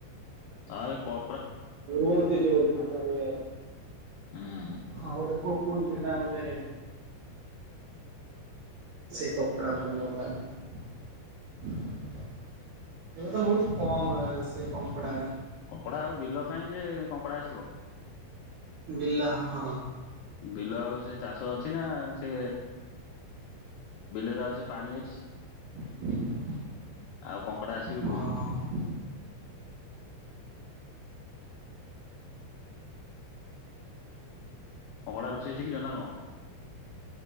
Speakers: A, on the right; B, on the left.
A: ଧାନ
B: ଆ କ
A: ରୁଅନ୍ତି ଯେଉ ଧାନ ରୋୟା ପାଇଁ।
B: ହୁଁ।
A: ହଁ ଗୋଟେ କକୁ ସେଟା ଗୋଟେ ସେ କଙ୍କଡା ବହୁତ ଭଲ ଲାଗେ ଏଟ ତ ବହୁତ କମ ସେ କଙ୍କଡ
B: କଙ୍କଡା ଆଉ ବିଲ କାହିଁ ଯେ କଙ୍କଡା ଆସିବ
A: ବିଲ ହଁ
B: ବିଲ ଆଉ ସେ ଚାଷ ଅଛି ନା ସେ ବିଲରେ ଆଉ ସେ ପାଣି ଅଛି
A: <unintelligible>
B: ଆଉ କଙ୍କଡ଼ା ଆସିବ
A: ହଁ।
B: କେଉଠୁ କଙ୍କଡା ରୋ ସେଇ ସେ କି ଜଣା କ